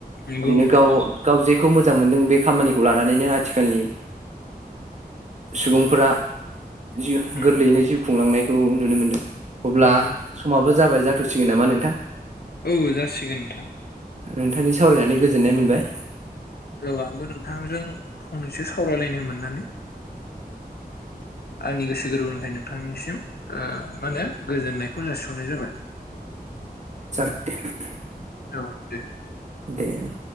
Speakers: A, on the left; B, on the right.
A: नंगौ
B: बिदिनो
A: नोंथां
B: गाव गाव जे खौ मोजां मोन्दों बे खामानिखौ लानानैनो आथिखालनि सुबुंफोरा जिउ
A: उम
B: गोरलैयैनो जिउ खुंलांनायखौ नुनो मोन्दों। अब्ला
A: नंगौ
B: समाबो जाबाय। जाथ'सिगोन नामा नोंथां
A: औ जासिगोन नोंथां
B: नोंथांजों सावरायनानै गोजोननाय मोनबाय।
A: औ आंबो नोंथांजों फंनैसो स सावरायलायनो मोननानै आंनि गोस गोरबोनिफाय नों थांनिसिम ओ माने गोजोननायख <unintelligible> हरनाय जाबाय।
B: <inaudible>
A: औ दे।
B: दे ओं